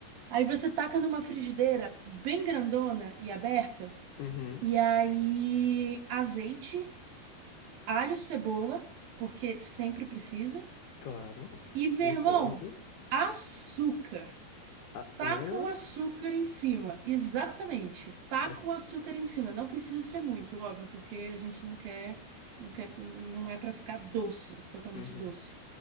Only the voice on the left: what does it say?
uhum,
claro,
concordo.
Ah,
hã?
Tá,
uhum,